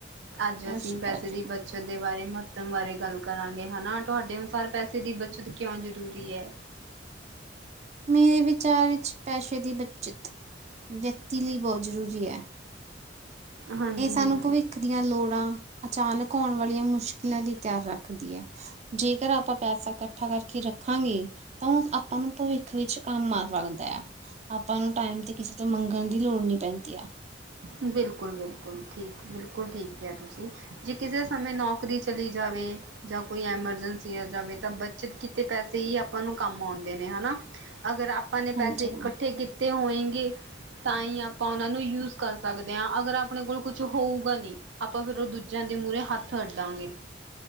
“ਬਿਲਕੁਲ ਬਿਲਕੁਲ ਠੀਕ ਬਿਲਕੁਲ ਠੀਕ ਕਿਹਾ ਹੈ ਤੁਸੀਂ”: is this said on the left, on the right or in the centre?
Right